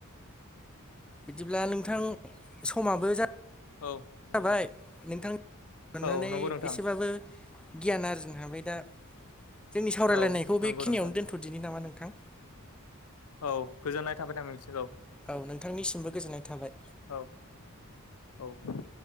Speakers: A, in the centre; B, on the left.
A: बिदिब्ला नोंथां समाबो जाबाय
B: औ नंगौ नोंथां
A: नोंथां मोननानै
B: औ नंगौ नोंथां
A: एसेबाबो गियान आरजिनो हाबाय दा जोंनि सावरायलायनायखौ
B: औ
A: बेखिनियावनो
B: नंगौ नोंथां
A: दोन्थ'दिनि नामा नोंथां
B: औ गोजोननाय थाबाय दां नोंसोर औ
A: औ नोंथांनिसिमबो गोजोननाय थाबाय
B: औ औ